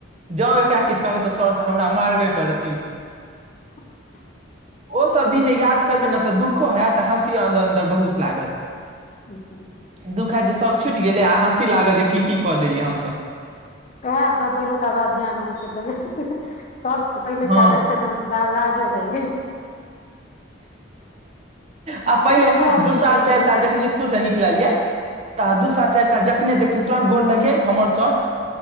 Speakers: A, on the right (about 35°); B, on the left (about 35°).
A: ज एकारा किछु कहबै तऽ सर तऽ हमरा मारबे करथिन
B: <inaudible>
A: ओ सब दिन जे याद करबै ने तऽ दुःखो होयत आ हँसियो अन्दर अन्दर बहुत लागत
B: ह
A: दुःखै जे सभ छुटि गेलै आ हँसी लागत जे की की कऽ देलियै हमसभ
B: उएह तऽ पहिलुका बा ध्यान अबैत छै तऽ स पहिलुका
A: हँ
B: देखैत रह लाब लाज होय
A: आ पहिले
B: ओकरा सबके
A: दू साल
B: तऽ बजे
A: चारि साल जखन इसकुलसँ निकलल यऽ तऽ दू साल चारि साल जखने देखथिन तुरन्त गोर लगे हमर सर